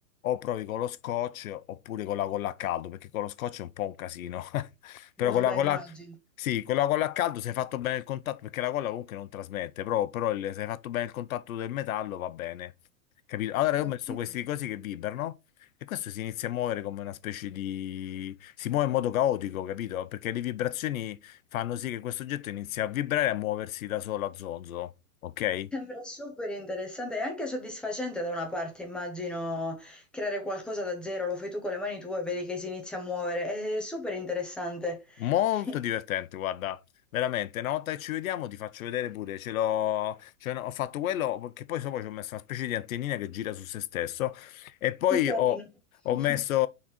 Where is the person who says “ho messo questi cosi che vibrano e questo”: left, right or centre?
Left